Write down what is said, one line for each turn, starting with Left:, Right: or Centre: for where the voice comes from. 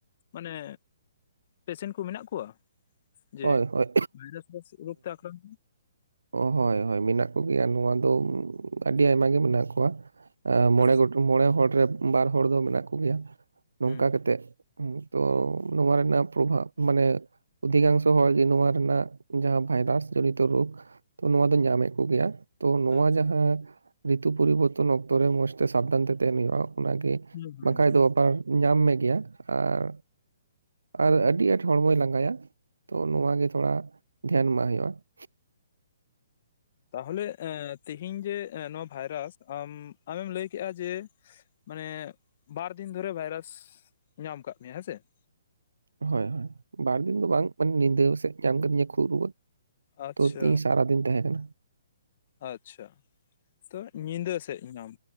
Left: ᱢᱟᱱᱮ ᱯᱮᱥᱮᱱ ᱠᱚ ᱢᱮᱱᱟᱜ ᱠᱚᱣᱟ ᱡᱮ
Right: ᱦᱳᱭ ᱦᱳᱭ
Left: ᱵᱷᱟᱭᱨᱟᱥ ᱨᱳᱜ ᱛᱮ ᱟᱠᱨᱟᱱᱛ
Right: ᱚ ᱦᱳᱭ ᱦᱳᱭ ᱢᱮᱱᱟᱜ ᱠᱚᱜᱮᱭᱟ ᱱᱚᱣᱟ ᱫᱚ ᱟᱹᱰᱤ ᱟᱭᱢᱟ ᱜᱮ ᱢᱮᱱᱟᱜ ᱠᱚᱣᱟ ᱢᱚᱬᱮ
Left: ᱟᱪᱪᱷᱟ
Right: ᱜᱚᱴ ᱢᱚᱬᱮ ᱦᱚᱲ ᱨᱮ ᱵᱟᱨ ᱦᱚᱲ ᱫᱚ ᱢᱮᱱᱟᱜ ᱠᱚ ᱜᱮᱭᱟ ᱱᱚᱝᱠᱟ
Left: ᱦᱩᱸ
Right: ᱠᱟᱛᱮᱜ ᱛᱚ ᱱᱚᱣᱟ ᱨᱮᱱᱟᱜ ᱯᱨᱚᱵᱵᱽ ᱢᱟᱱᱮ ᱚᱫᱠᱟᱝᱥᱚ ᱛᱚ ᱦᱚᱲ ᱜᱮ ᱱᱚᱣᱟ ᱨᱮᱱᱟᱜ ᱡᱟᱦᱟᱸ ᱵᱷᱟᱭᱨᱟᱥ ᱡᱚᱲᱤᱛᱚ ᱨᱳᱜᱽ ᱛᱚ ᱱᱚᱣᱟ ᱫᱚ ᱧᱟᱢᱮᱫ ᱠᱚ ᱜᱮᱭᱟ ᱛᱚ ᱱᱚᱣᱟ
Left: ᱟᱪᱪᱷᱟ
Right: ᱡᱟᱦᱟᱸ ᱨᱤᱛᱩ ᱯᱚᱨᱤᱵᱚᱨᱛᱚᱱ ᱚᱠᱛᱚ ᱨᱮ ᱢᱚᱸᱡᱽ ᱛᱮ ᱥᱟᱵᱫᱷᱟᱱ ᱛᱮ ᱛᱟᱦᱮᱱ ᱦᱩᱭᱩᱜᱼᱟ ᱚᱱᱟᱜᱮ
Left: ᱦᱩᱸ ᱦᱩᱸ
Right: ᱵᱟᱝ ᱠᱷᱟᱡ
Left: ᱦᱩᱸ
Right: ᱫᱚ ᱚᱯᱟᱨ ᱧᱟᱢ ᱢᱮ ᱜᱮᱭᱟ ᱟᱨ ᱟᱨ ᱟᱹᱰᱤ ᱟᱸᱴ ᱦᱚᱲᱢᱚᱭ ᱞᱟᱸᱜᱟᱭᱟ ᱾ ᱛᱚ ᱱᱚᱶᱟ ᱜᱮ ᱛᱷᱚᱲᱟ ᱫᱷᱮᱭᱟᱱ ᱢᱟᱜ ᱦᱩᱭᱩᱜᱼᱟ ᱾
Left: ᱛᱟᱦᱚᱞᱮ ᱮᱸᱻ ᱛᱤ ᱦᱤᱧ ᱡᱮ ᱱᱚᱣᱟ ᱵᱷᱟᱭᱨᱟᱥ ᱟᱢ ᱟᱢᱮᱢ ᱞᱟᱹᱭ ᱠᱮᱜᱼᱟ ᱡᱮ ᱢᱟᱱᱮ ᱵᱟᱨ ᱫᱤᱱ ᱫᱷᱚᱨᱮ ᱵᱷᱟᱭᱨᱟᱥ ᱧᱟᱢ ᱠᱟᱜ ᱢᱮᱭᱟ ᱦᱮᱸᱥᱮ ᱾
Right: ᱦᱚᱭ ᱦᱚᱭ ᱵᱟᱨ ᱫᱤᱱ ᱫᱚ ᱵᱟᱝ ᱢᱟᱱᱮ ᱧᱤᱫᱟᱹ ᱠᱚᱥᱮᱜ ᱧᱟᱢ ᱠᱟᱫᱤᱧᱟ ᱠᱷᱩᱜ ᱨᱩᱣᱟᱹ ᱾
Left: ᱟᱪᱪᱷᱟ
Right: ᱛᱚ ᱛᱤᱧ ᱥᱟᱨᱟ ᱫᱤᱱ ᱛᱟᱦᱮᱸ ᱠᱟᱱᱟ ᱾
Left: ᱟᱪᱪᱷᱟ ᱾ ᱛᱚ ᱧᱤᱫᱟᱹ ᱥᱮᱫ ᱧᱟᱢ